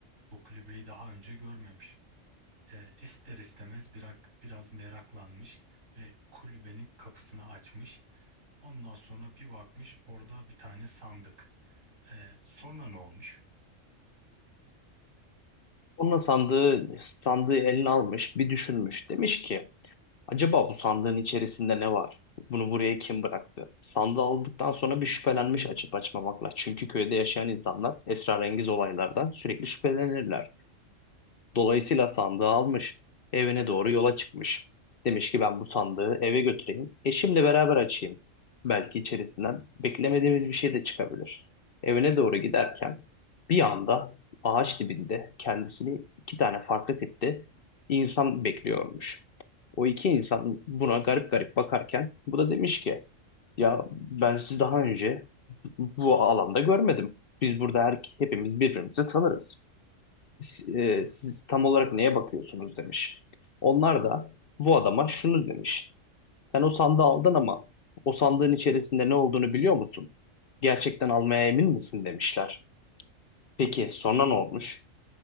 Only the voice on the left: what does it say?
Onun sandığı, sandığı eline almış, bir düşünmüş. Demiş ki, acaba bu sandığın içerisinde ne var? Bunu buraya kim bıraktı? Sandığı aldıktan sonra bir şüphelenmiş açıp açmamakla. Çünkü köyde yaşayan insanlar esrarengiz olaylardan sürekli şüphelenirler. Dolayısıyla sandığı almış, evine doğru yola çıkmış. Demiş ki ben bu sandığı eve götüreyim, eşimle beraber açayım. Belki içerisinden beklemediğimiz bir şey de çıkabilir. Evine doğru giderken bir anda ağaç dibinde kendisini iki tane farklı tipte insan bekliyormuş. O iki insan buna garip garip bakarken bu da demiş ki ya ben sizi daha önce bu alanda görmedim. Biz burada her, hepimiz birbirimizi tanırız siz, e, siz tam olarak neye bakıyorsunuz demiş. Onlar da bu adama şunu demiş. Sen o sandığı aldın ama o sandığın içerisinde ne olduğunu biliyor musun? Gerçekten almaya emin misin demişler. Peki sonra ne olmuş?